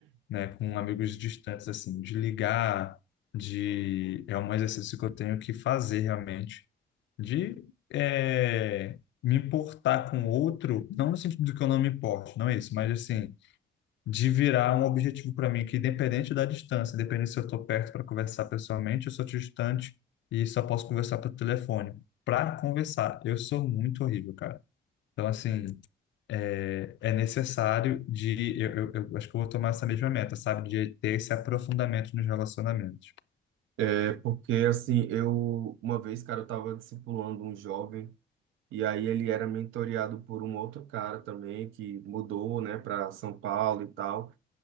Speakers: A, on the left; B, on the right.
A: né? Com amigos distantes, assim, de ligar, de... É um exercício que eu tenho que fazer realmente de eh, me importar com o outro, não no sentido de que eu não me importo, não é isso, mas assim, de virar um objetivo para mim que independente da distância, independente se eu estou perto para conversar pessoalmente, eu sou distante e só posso conversar pelo telefone. Para conversar, eu sou muito horrível, cara. Então, assim, é, é necessário de. Eu, eu, eu acho que eu vou tomar essa mesma meta, sabe? De ter esse aprofundamento nos relacionamentos.
B: é porque, assim, eu, uma vez, cara, eu tava discipulando um jovem, e aí ele era mentoreado por um outro cara também, que mudou, né, pra São Paulo e tal.